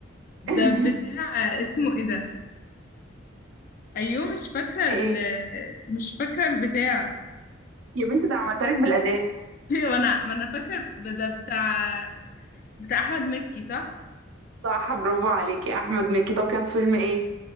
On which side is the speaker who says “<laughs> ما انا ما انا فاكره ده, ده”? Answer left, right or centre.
Left